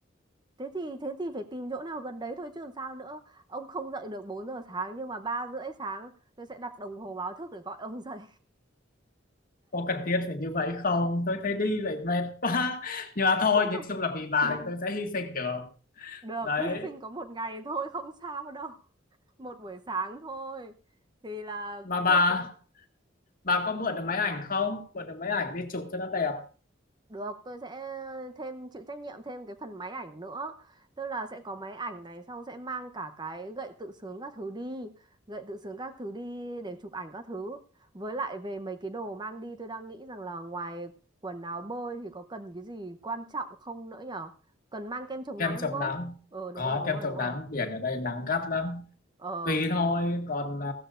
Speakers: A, on the right (about 25°); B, on the left (about 50°).
A: thế thì thế thì phải tìm chỗ nào gần đấy thôi chứ làm sao nữa. Ông không dậy được 4 giờ sáng nhưng mà 3 rưỡi sáng tôi sẽ đặt đồng hồ báo thức để gọi ông dậy.
B: có cần thiết phải như vậy không tôi thấy đi vậy mệt quá <laughs> nhưng mà thôi
A: <laughs>
B: nhìn chung là vì bà thì tôi sẽ hy sinh được
A: Được,
B: đấy
A: hy sinh có một ngày thôi không sao đâu. Một buổi sáng thôi. Thì là
B: mà bà
A: chốt cái
B: bà có mượn được máy ảnh không mượn được máy ảnh đi chụp cho nó đẹp
A: Được, tôi sẽ thêm chịu trách nhiệm thêm cái phần máy ảnh nữa. Tức là sẽ có máy ảnh này xong sẽ mang cả cái gậy tự sướng các thứ đi, gậy tự sướng các thứ đi để chụp ảnh các thứ. Với lại về mấy cái đồ mang đi tôi đang nghĩ rằng là ngoài quần áo bơi thì có cần cái gì quan trọng không nữa nhở? Cần mang kem chống
B: kem
A: nắng
B: chống
A: đúng không?
B: nắng
A: Ờ đúng
B: có
A: rồi, đúng
B: kem
A: rồi,
B: chống
A: đúng
B: nắng
A: rồi.
B: biển ở đây nắng gắt lắm
A: Ờ,
B: tùy thôi còn à,